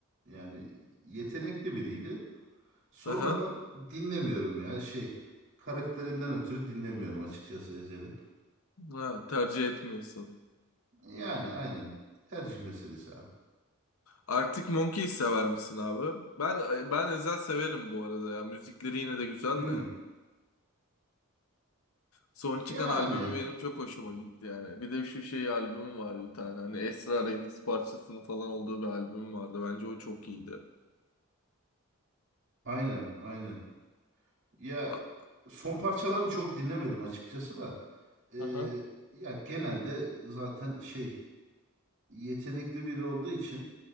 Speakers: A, on the right; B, on the left.
A: Yani yetenekli biriydi. Sonradan
B: Hı hı.
A: dinlemiyorum ya. Şey karakterinden ötürü dinlemiyorum açıkçası Ezel'i.
B: Ha, tercih etmiyorsun.
A: Yani aynen. Tercih meselesi abi.
B: Artık Monkey'i sever misin abi? Ben ben Ezel severim bu arada ya. Müzikleri yine de güzel
A: Hmm.
B: de. Son
A: Yani
B: çıkan albümü benim çok hoşuma gitti yani. Bir de şu şey albüm var bir tane. Hani Esrarengiz parçasının falan olduğu bir albüm vardı. Bence o çok iyiydi.
A: aynen aynen. Ya
B: A-
A: son parçalarını çok dinlemedim açıkçası da. Ee,
B: Aha.
A: ya genelde zaten şey yetenekli biri olduğu için